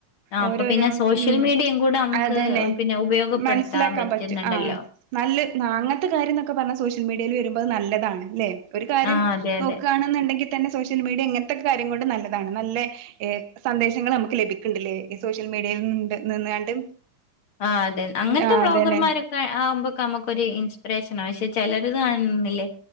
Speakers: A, on the left; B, on the right.
A: ആ
B: ഓരോരോ
A: അപ്പൊ പിന്നെ സോഷ്യൽ
B: ഉം
A: മീഡിയയും കൂടെ നമുക്ക്
B: അതന്നെ
A: പിന്നെ ഉപയോഗപ്പെടുത്താൻ
B: മനസിലാക്കാൻ
A: പറ്റുന്നുണ്ടല്ലോ
B: പറ്റും ആഹ് നല്ല അങ്ങനത്തെ കാര്യംനൊക്കെ പറഞ്ഞൽ സോഷ്യൽ മീഡിയ <unintelligible> വരുമ്പോ അത് നല്ലതാണ് ല്ലേ ഒരു കാര്യം
A: ആഹ് അതെ അതെ
B: നോക്കാണ്ന്ന്ണ്ടെങ്കിൽ തന്നെ സോഷ്യൽ മീഡിയ ഇങ്ങനത്തെക്കക്കാര്യം കൊണ്ട് നല്ലതാണ് നല്ലേ ഏഹ് സന്ദേശങ്ങള് അമ്മ്ക്ക് ലഭിക്ക്ണ്ടല്ലേ ഈ സോഷ്യൽ മീഡിയിണ്ട് നിന്നാണ്ട്.
A: ആഹ് അതെ അങ്ങനത്തെ
B: ആഹ്
A: വ്ളോഗർമാരൊക്കെ
B: അതന്നെ
A: ആവുമ്പോക്കെ നമുക്ക ഒരു ഇൻസ്പിറേഷന പക്ഷെ ചെലരത് കാണുന്നില്ലേ